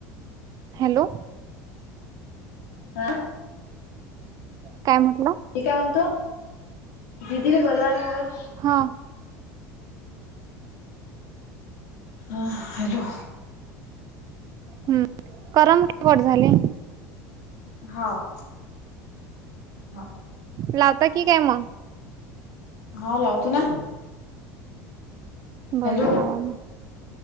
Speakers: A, on the right; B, on the left.
A: हॅलो,
B: हा
A: काय म्हटलं?
B: मी काय म्हणतो दीदीने बलवाना वर
A: हां.
B: हा हॅलो.
A: हम्म करम केवट झाले.
B: हाव. हा
A: लावता की काय मग.
B: हा लावतो ना. हॅलो
A: बर लावा मग